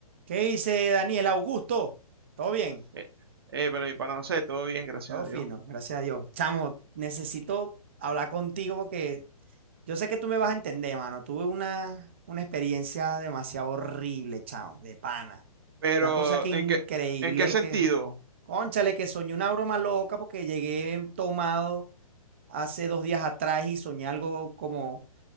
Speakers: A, on the right; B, on the right.
A: ¿Qué dice Daniel Augusto? Todo bien,
B: Eh, eh, pero mi pana, no sé, todo bien, gracias
A: todo
B: a
A: fino,
B: Dios.
A: gracias a Dios. Chamo, necesito hablar contigo porque yo sé que tú me vas a entender, mano. Tuve una, una experiencia demasiado horrible, chamo, de pana.
B: Pero,
A: Una cosa que increíble
B: ¿en qué, en qué sentido?
A: que, cónchale, que soñé una broma loca porque llegué tomado hace dos días atrás y soñé algo como,